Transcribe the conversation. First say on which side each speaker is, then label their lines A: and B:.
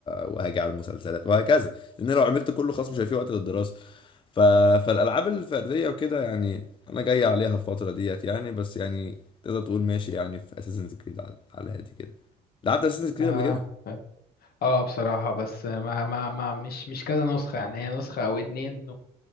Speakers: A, on the left (about 30°); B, on the left (about 65°).
A: وهاجي على المسلسلات وهكذا لان لو عملت كله خلاص مش هيبقى في وقت للدراسه ف... فالالعاب الفرديه وكده يعني انا جاي عليها الفتره ديت يعني بس يعني تقدر تقول ماشي يعني في اساسنز كريد على على هادي كده لعبت اساسن كريد
B: آه.
A: قبل كده؟
B: اه بصراحة بس ما ما ما مش مش كذا نسخة يعني هي نسخة او اتنين